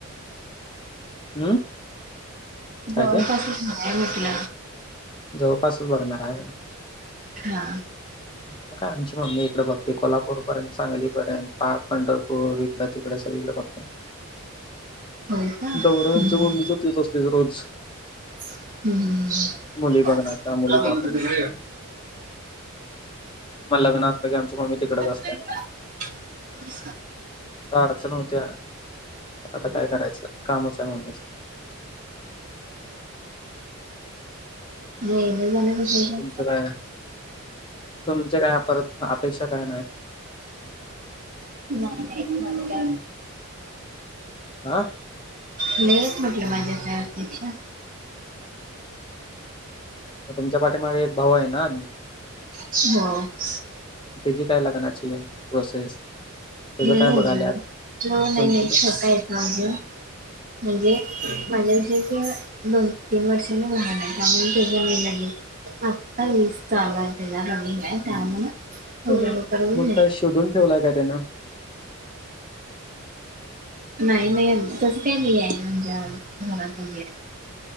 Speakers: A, on the left; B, on the right.
A: हम्म काय
B: जवळपास.
A: ते
B: नाही म्हंटल.
A: जवळपासच बघणार आहे व्हय.
B: हा.
A: हम् म काय आमची मम्मी इकडे बघते. कोल्हापूरपर्यंत सांगली पर्यंत पार पंढरपूर इकड तिकडे सगळीकडे बघते.
B: होय का हम्म
A: दौरा आमच्या मम्मीच तेच असतोय की रोज.
B: <unintelligible>
A: मुली बघण्याचा मुली
B: हम्म
A: दाखवण्याचा मग लग्न असलं की आमची मम्मी तिकडेच असते.
B: शिल्पा
A: ना अडचण होत्या आता काय करायचं कामच आहे मम्मीच.
B: वहिनी झाल्यापासून काय <inaudible>
A: तुच काय तुमच काय परत अपेक्षा काय नाही?
B: नाही नाही म्हणले <inaudible>
A: आ
B: नाहीे असं <inaudible> म्हटलं माझ्या काही अपेक्षा
A: तुमच्या पाठीमाग एक भाऊ आहे ना.
B: <unintelligible>
A: तुझी <unintelligible> काय लग्नाची प्रोसेस
B: नाही
A: काय
B: म्हणजे
A: बघायल्यात
B: नाही
A: तुमचं
B: नाही
A: तर-
B: छोटया माझ <unintelligible> म्हणजे माझ्यापेक्षा दोन तीन वर्षाने लहान आहे त्यामुळे त्याला वेळ लागेल <inaudible> आता लस टोचून <inaudible> आणलय <inaudible> त्यामुळे एवढ्या
A: अ <unintelligible>
B: लवकर अजून
A: मग
B: नाही
A: काय शोधून ठेवलाय का त्यांनी
B: नाही नाही तसं काही नाही आहे आमच्या घरात वगैरे,